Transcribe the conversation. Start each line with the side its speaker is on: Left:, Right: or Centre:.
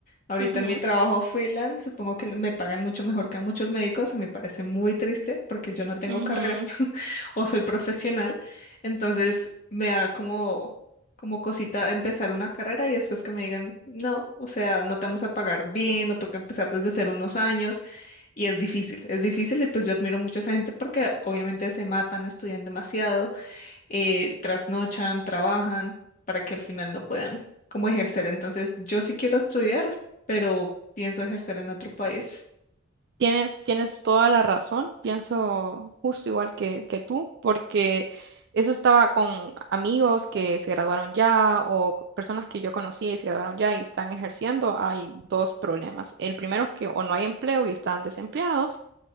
Left: Ahorita
Right: Ujú,
Left: en mi trabajo freelance, supongo que me pagan mucho mejor que a muchos médicos, y me parece muy triste porque yo no tengo
Right: ujú.
Left: carrera <laughs> o soy profesional, entonces me da como, como cosita empezar una carrera y después que me digan, no, o sea, no te vamos a pagar bien, o toca empezar desde cero unos años. Y es difícil, es difícil y pues yo admiro mucho a esa gente porque obviamente se matan, estudian demasiado, eh, trasnochan, trabajan para que al final no puedan como ejercer. Entonces yo sí quiero estudiar, pero pienso ejercer en otro país.
Right: Tienes, tienes toda la razón, pienso justo igual que, que tú, porque eso estaba con amigos que se graduaron ya o c- personas que yo conocía y se graduaron ya y están ejerciendo. Hay dos problemas. El primero es que o no hay empleo y están desempleados